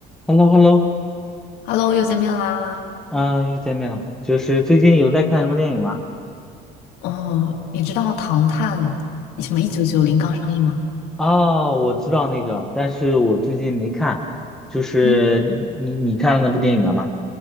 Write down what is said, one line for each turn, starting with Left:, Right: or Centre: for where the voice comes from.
Centre: h e l l o h e l l o
Left: Hello，又见面啦。
Centre: 嗯，又见面了。就是最近有在看什么电影吗？
Left: 哦，你知道《唐探》什么一九九零刚上映吗？
Centre: 哦，我知道那个，但是我最近没看。就是你你你看了那部电影了吗？
Left: 嗯，